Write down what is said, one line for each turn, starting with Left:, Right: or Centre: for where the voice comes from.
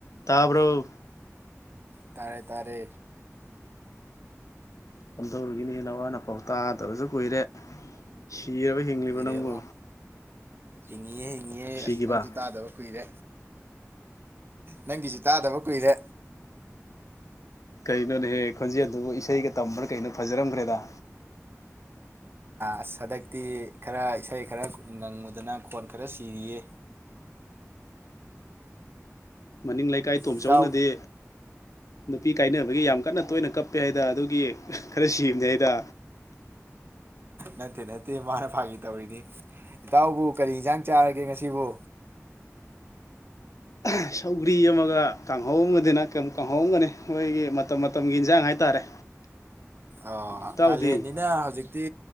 Left: ꯇꯥꯕꯔꯣ
Right: ꯇꯥꯔꯦ ꯇꯥꯔꯦ
Left: ꯀꯝꯗꯧꯔꯤꯒꯦꯅꯦ ꯅꯋꯥ ꯅꯄꯥꯎ ꯇꯥꯗꯕꯁꯨ ꯀꯨꯏꯔꯦ ꯁꯤꯔꯕ ꯍꯤꯡꯂꯤꯕ
Right: ꯀꯨꯏꯔꯦꯕꯣ
Left: ꯅꯪꯕꯨ
Right: ꯍꯤꯡꯉꯤꯌꯦ ꯍꯤꯡ ꯌꯦ
Left: ꯁꯤꯈꯤꯕ
Right: ꯑꯁ ꯅꯪꯁꯨ ꯇꯥꯗꯕ ꯀꯨꯏꯔꯦ ꯅꯪꯒꯤꯁꯨ ꯇꯥꯗꯕ ꯀꯨꯏꯔꯦ
Left: ꯀꯩꯅꯣꯅꯦꯍꯦ ꯈꯣꯟꯖꯦꯜꯗꯨꯕꯨ ꯏꯁꯩꯒ ꯇꯝꯕ꯭ꯔꯥ ꯀꯩꯅꯣ ꯐꯖꯔꯝꯈ꯭ꯔꯦꯗ
Right: ꯑꯁ ꯍꯟꯗꯛꯇꯤ ꯈꯔ ꯏꯁꯩ ꯈꯔ ꯉꯪꯉꯨꯗꯅ ꯈꯣꯟ ꯈꯔ ꯁꯤꯔꯤꯌꯦ
Left: ꯃꯅꯤꯡ ꯂꯩ ꯀꯥꯏ ꯇꯣꯝꯆꯧꯅꯗꯤ
Right: ꯏꯇꯥꯎ
Left: ꯅꯨꯄꯤ ꯀꯥꯏꯅꯕꯒꯤ ꯌꯥꯝ ꯀꯟꯅ ꯇꯣꯏꯅ ꯀꯞꯄꯦ ꯍꯥꯏꯗ ꯑꯗꯨꯒꯤ ꯈꯔ ꯁꯤꯕꯅꯤ ꯍꯥꯏꯗ
Right: ꯅꯠꯇꯦ ꯅꯠꯇꯦ ꯃꯥꯅ ꯐꯥꯒꯤ ꯇꯧꯔꯤꯅꯤ ꯏꯇꯥꯎꯕꯨ ꯀꯔꯤ ꯏꯟꯖꯥꯡ ꯆꯥꯔꯒꯦ ꯉꯁꯤꯕꯨ
Left: ꯑꯍ ꯁꯧꯒ꯭ꯔꯤ ꯑꯃꯒ ꯀꯥꯡꯍꯧꯝꯒꯅꯤꯅ ꯀ ꯀꯥꯡꯍꯧꯝꯒꯅꯤ ꯃꯈꯣꯏꯒꯤ ꯃꯇꯝ ꯃꯇꯝꯒꯤ ꯏꯟꯖꯥꯡ ꯍꯥꯏꯇꯥꯔꯦ
Right: ꯑꯥꯑꯣ
Left: ꯏꯇꯥꯎꯗꯤ
Right: ꯀꯥꯂꯦꯟꯅꯤꯅ ꯍꯧꯖꯤꯛꯇꯤ